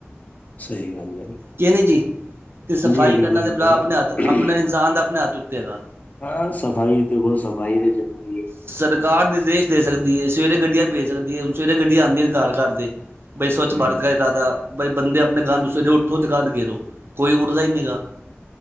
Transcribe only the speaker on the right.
ਕਿ ਨਹੀਂ ਜੀ ਤੇ ਸਫ਼ਾਈ
ਕਰਨਾ
ਤੇ ਭਰਾ ਆਪਣੇ ਹੱਥ ਆਪਣਾ ਇਨਸਾਨ ਦਾ ਆਪਣੇ ਹੱਥ ਉੱਤੇ ਹੈਗਾ।
ਸਰਕਾਰ ਨਿਰਦੇਸ਼ ਦੇ ਸਕਦੀ ਹੈ। ਸਵੇਰੇ ਗੱਡੀਆਂ ਭੇਜ ਸਕਦੀ ਹੈ। ਹੁਣ ਸਵੇਰੇ ਗੱਡੀਆਂ ਆਉਂਦੀਆਂ ਘਰ ਘਰ ਤੇ। ਬਾਈ ਸਵੱਛ
ਭਾਰਤ ਇਹਨਾਂ ਦਾ ਬਾਈ ਬੰਦੇ ਆਪਣੇ ਗੰਦ ਦੂਸਰੇ ਦੇ। ਤੋਂ ਦੁਕਾਨ ਤੇ ਗਏ ਦੋ ਕੋਈ ਉੱਠਦਾ ਹੀ ਨਹੀਂ ਗਾ।